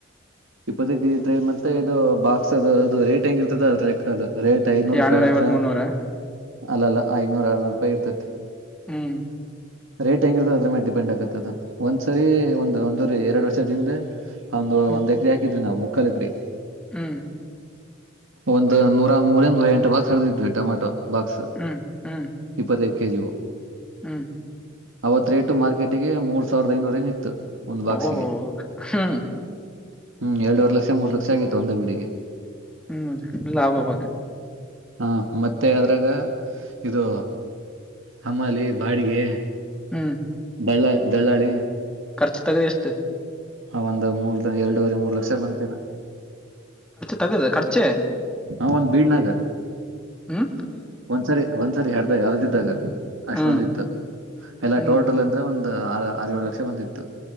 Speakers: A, on the right; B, in the centre.
A: ಇಪ್ಪತ್ತಟೀ ಮತ್ತೆ ಇದು ಬಾಕ್ಸ್ ಅದು ಅದು ರೇಟ್ ಹೆಂಗ್ ಇರ್ತದ ಅದ್ರ. ದು ರೇಟ್ ಐನೂರು ರೂಪಾಯಿ
B: ಎಳ್ನೂರ
A: ಇದ್ರಾ.
B: ಐವತ್ ಮುನ್ನೂರ
A: ಅಲ್ಲ ಅಲ್ಲಾ ಐನೂರ್ ಆರ್ನೂರು ರೂಪಾಯಿ ಇರ್ತತಿ.
B: ಹ್ಮ್.
A: ರೇಟ್ ಹೆಂಗಿರುತ್ತ ಅದ್ರ ಮೇಲೆ ಡಿಪೆಂಡ್ ಆಗತ್ತದು ಒಂದ್ಸರಿ ಒಂದು ಒಂದು ಎರಡು ವರ್ಷದಿಂದೆ. ಒಂದು
B: ಹ್ಮ್
A: ಒಂದ. ದು ನಾವು ಮುಕ್ಕಾಲಗ್ರೀ.
B: ಹ್ಮ್.
A: ಒಂದು ನೂರ ಮೂರ ನೂರ ಎಂಟು ಭಾಗ ಸಡದಿದ್ವಿ ಟೊಮಾಟೊ. ಬಾಕ್ಸ್
B: ಹ್ಮ್ ಹ್ಮ್
A: ಇಪ್ಪತ್ತೈದು. ಕೆ ಜಿ ಓ.
B: ಹ್ಮ್.
A: ಅವತ್ ರೇಟು ಮಾರ್ಕೆಟಿಗೆ ಮೂರ್ ಸಾವಿರದ ಐನೂರ ನ್ ಇತ್ತು. ಒಂದ್
B: ಬ್ಮ
A: ಬಾಕ್ಸಿಗೆ
B: <unintelligible>
A: ಹ್ಮ್ ಎರಡೂವರೆ ಲಕ್ಷ ಮೂರು ಲಕ್ಷ ಆಗಿತ್ತು ಒಂದ ಬಿಡಿಗೆ
B: ಹ್ಮ್ದ ಲಾಭವಾಗ
A: ಹಾ ಮತ್ತೆ ಅದ್ರಾಗ ಇದು ಹಮಾಲಿ ಬಾಡಿಗೆ
B: ಹ್ಮ್
A: ಬೆಳ್ಳಾ ದಳ್ಳಾಳಿ
B: ಖರ್ಚ ತಗದೆ ಎಷ್ಟು
A: ಆ ಒಂದು ಮೂರ್ ಎರಡೂುವರೆ ಮೂರ್ ಲಕ್ಷ ಬಂತೇನ
B: ತಗದ ಖರ್ಚೆ.
A: ಹ ಒಂದ್ ಬೀಳ್ ನಾಗರ್
B: ಹ್ಮ
A: ಒಂದ್ಸರಿ ಒಂದ್ಸರಿ <unintelligible> ಯಾವ್ದ ದಾಗ
B: ಹ್ಮ್
A: ಅಷ್ಟ ಬಂದಿತ್ತು ಎಲ್ಲಾ
B: ಹ್ಮ್
A: ಟೋಟಲ್ ಅಂದ್ರೆ ಒಂದ ಆ ಆರ್ಯೊಲಕ್ಷ ಬಂದಿತ್ತು